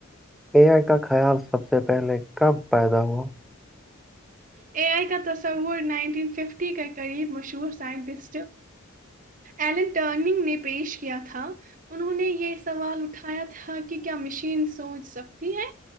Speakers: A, in the centre; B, on the right (about 40°).
A: اے آئی کا خیال سب سے پہلے کب پیدا ہوا
B: اے آئی کا تصا وہ نائنٹین ففٹی کے قریب مشہور سائنٹسٹ ایلن ٹرن نے پیش کیا تھا انہوں نے یہ سوال اٹھایا تھا کہ کیا مشین سوچ سکتی ہے